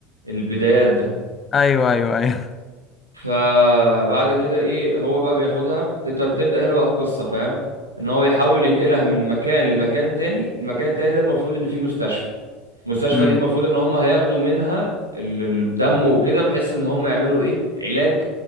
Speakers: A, on the right; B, on the left.
A: البدايات ده
B: ايوه ايوه ايوه
A: فبعد كده ايه هو بقى بياخدها تبت- تبدأ هنا بقى القصة فاهم ان هو يحاول ينقلها من مكان لمكان تاني المكان التاني ده المفروض ان فيه مستشفى المستشفى
B: امم
A: دي المفروض ان هم هياخدوا منها ال- الدم وكده بحيث ان هم يعملوا ايه علاج